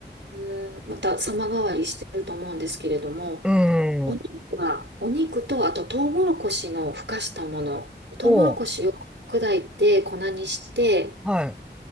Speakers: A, on the right; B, in the centre.
A: うん、また様変わりしてると思うんですけれども、
B: うん。
A: お肉は、お肉と、あとトウモロコシのふかしたもの、トウモロコシを砕いて粉にして、
B: おー。はい。